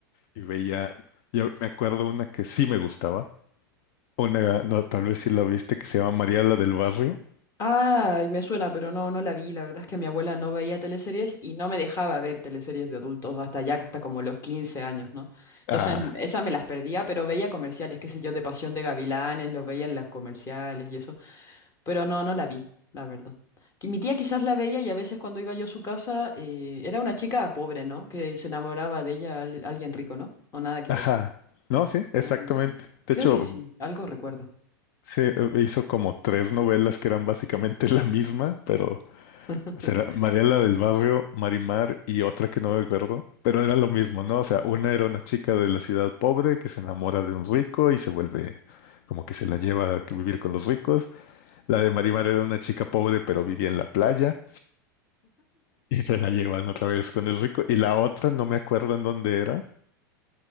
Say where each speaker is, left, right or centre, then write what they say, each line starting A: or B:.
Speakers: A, on the left; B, on the left.
A: Y veía, yo me acuerdo una que sí me gustaba, una, no, tal vez sí la viste, que se llama María la del Barrio.
B: Ay, me suena, pero no, no la vi. La verdad es que mi abuela no veía teleseries y no me dejaba ver teleseries de adultos hasta ya, hasta como los 15 años, ¿no? Entonces,
A: Ah,
B: esa me las perdía, pero veía comerciales, qué sé yo, de Pasión de Gavilanes, los veía en los comerciales y eso. Pero no, no la vi, la verdad. Que mi tía quizás la veía y a veces cuando iba yo a su casa, eh, era una chica pobre, ¿no? Que se enamoraba de ella al- alguien rico, ¿no? O nada que
A: ajá,
B: ver.
A: no, sí, exactamente.
B: Ah,
A: De
B: creo
A: hecho,
B: que sí, algo recuerdo.
A: se eh, hizo como tres novelas que eran básicamente <laughs> la misma, pero...
B: <laughs>
A: O sea, era María la del barrio, Marimar y otra que no me acuerdo, pero era lo mismo, ¿no? O sea, una era una chica de la ciudad pobre que se enamora de un rico y se vuelve como que se la lleva a que vivir con los ricos. La de Marimar era una chica pobre pero vivía en la playa y se la llevan otra vez con el rico. Y la otra no me acuerdo en dónde era,